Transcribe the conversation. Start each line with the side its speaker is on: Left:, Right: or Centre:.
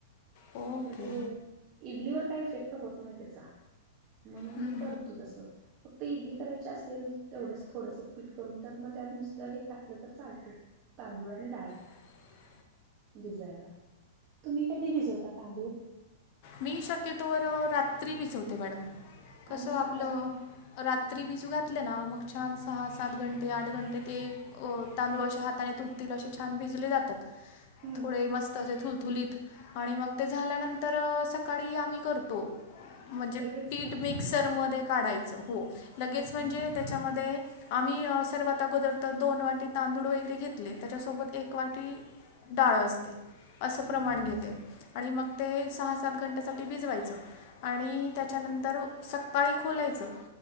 Left: ओके
Right: मग ते इडलीवर काही इफेक्ट होत नाही त्याचा म्हणून
Left: हं,
Right: मी करतो तस फक्त इडली करायची असेल तेवढंच थोडंस पीठ करून तर मग त्यात नुसतं हे खातलं तर चालते तांदूळ आणि डाळ
Left: ह
Right: भिजायला तुम्ही कधी भिजवता तांदूळ
Left: मी शक्यतोवर रात्री भिजवते मॅडम कसं
Right: आणि सकाळी
Left: आपलं रात्री भिजू घातलं ना मग छान सहा सात घंटे आठ घंटे ते तांदूळ अशा हाताने तुटतील असे छान भिजले जातात
Right: हम्म
Left: थोडे मस्त असचे थुल थुलीत आणि मग ते झाल्यानंतर सकाळी आम्ही करतो म्हणजे
Right: लगेच
Left: पीठ
Right: करता
Left: मिक्सरमध्ये काढायचं हो लगेच म्हणजे
Right: हा हा
Left: त्याच्यामध्ये आम्ही सर्वात अगोदर तर दोन वाटी तांदूळ वगैरे घेतले त्याच्यासोबत एक वाटी डाळ असते असं प्रमाण
Right: हम्म हम्म
Left: घेते आणि मग ते सहा सात घंट्या सा भिजवायचं आणि त्याच्यानंतर सकाकाळी खोलायचं